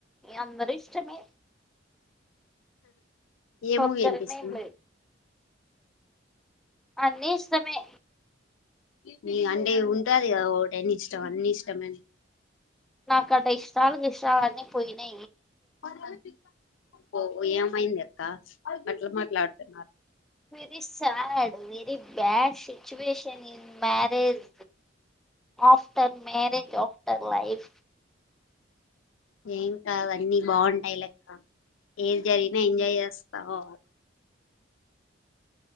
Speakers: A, in the centre; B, on the left.
A: అందరు ఇష్టమే
B: ఏమ
A: ఒక్కరనే
B: ఎంత చ
A: ఏం లేదు అన్నీ ఇష్టమే
B: మీ అంటే ఉంటా అది కదా ఒకటిన్ని ఇష్టం అన్ని ఇష్టమని
A: నాకట్ట ఇష్టాలు ఇష్ట అన్న పోయినా
B: పదిమంధిని పిలుస్తా ఏమైంది అక్క అట్లా మాట్లాడుతున్నారు
A: very sad very bad situation in marriage of the marriage టెర్ life
B: ఏం కాదు అన్నీ బాగుంటాయి లెక్క ఏది జరిగినా ఎంజాయ్ చేస్తావు